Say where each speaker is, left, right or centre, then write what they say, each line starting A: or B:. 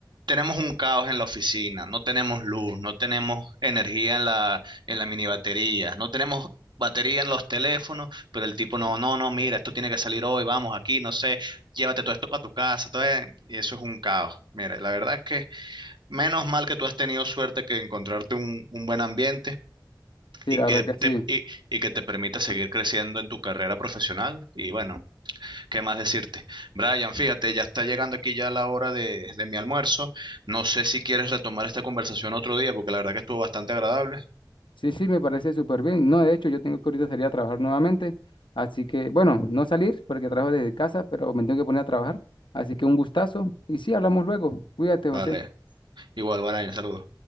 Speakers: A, on the right; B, on the left.
A: tenemos un caos en la oficina, no tenemos luz, no tenemos energía en la, en la mini batería, no tenemos batería en los teléfonos, pero el tipo no, no, no, mira, esto tiene que salir hoy, vamos aquí, no sé llévate todo esto para tu casa, todo e- y eso es un caos. Mira, la verdad es que menos mal que tú has tenido suerte que encontrarte un, un buen ambiente
B: sí,
A: y
B: la
A: que
B: verdad que
A: te,
B: sí.
A: y, y que te permita seguir creciendo en tu carrera profesional. Y bueno, ¿qué más decirte? Brian, fíjate, ya está llegando aquí ya la hora de, de mi almuerzo. No sé si quieres retomar esta conversación otro día, porque la verdad que estuvo bastante agradable.
B: Sí, sí, me parece súper bien. No, de hecho, yo tengo que ahorita salir a trabajar nuevamente. Así que, bueno, no salir porque trabajo desde casa, pero me tengo que poner a trabajar. Así que un gustazo. Y sí, hablamos luego. Cuídate, José.
A: Vale, igual, Brian, saludos.